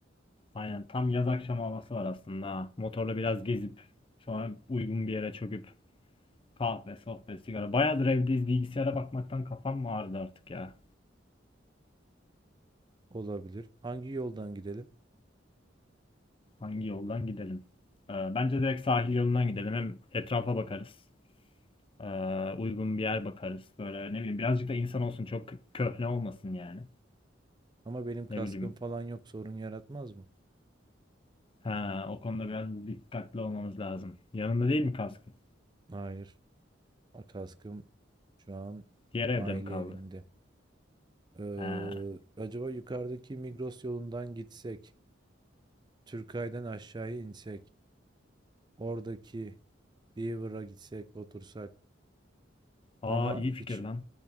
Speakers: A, on the left (about 30°); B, on the right (about 25°).
A: aynen tam yaz akşamı havası var aslında. ha. Motorla biraz gezip sonra uygun bir yere çöküp kahve, sohbet, sigara. Bayağıdır evdeyiz bilgisayara bakmaktan kafam mı ağrıdı artık ya.
B: Olabilir. Hangi yoldan gidelim?
A: Hangi yoldan gidelim? Ee, bence direkt sahil yolundan gidelim. Hem etrafa bakarız. Ee, uygun bir yer bakarız. Böyle ne bileyim birazcık da insan olsun. Çok köhne olmasın yani.
B: Ama benim kaskım
A: Ne bileyim.
B: falan yok sorun yaratmaz mı?
A: Ha, o konuda biraz dikkatli olmamız lazım. Yanında değil mi kaskın?
B: Hayır. O kaskım şu an
A: Diğer evde
B: aile
A: mi kaldı?
B: evinde. Ee,
A: Ha.
B: acaba yukarıdaki Migros yolundan gitsek, Türkay'dan aşağıya insek, oradaki Beaver'a gitsek, otursak
A: Aa
B: ama
A: iyi fikir
B: hiç,
A: lan.